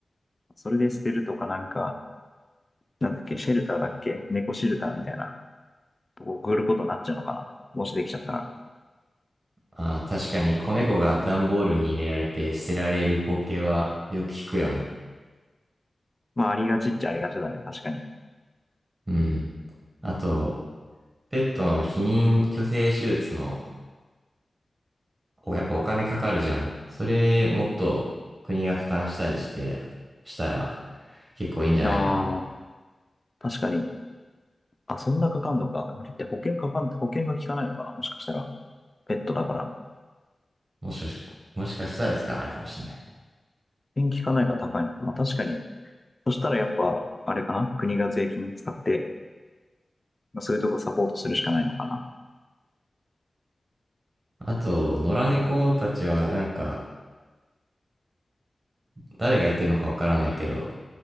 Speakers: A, on the left (about 30°); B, on the right (about 40°).
A: それで捨てるとかなんか、なんだっけ、シェルターだっけ猫シェルターみたいな送ることになっちゃうのかな。もしできちゃったら。
B: ああ、確かに子猫が段ボールに入れられて捨てられる光景はよく聞くよね。
A: まあ、ありがちっちゃありがちだね。確かに。
B: うん。あと、ペットの避妊去勢手術のおやっぱお金かかるじゃん。それもっと国が負担したりして、したら結構いいんじゃないかな。
A: ああ、確かに。あ、そんなかかんのか。あれって保険かかん、保険が効かないのかな。もしかしたら。ペットだから。
B: もしかし、もしかしたら効かないかもしんない。
A: 保険効かないから高いのか。まあ、確かに。そしたらやっぱ、あれかな。国が税金使って、まあ、そういうとこサポートするしかないのかな。
B: あと、野良猫たちはなんか、誰がやってるのかわからないけど、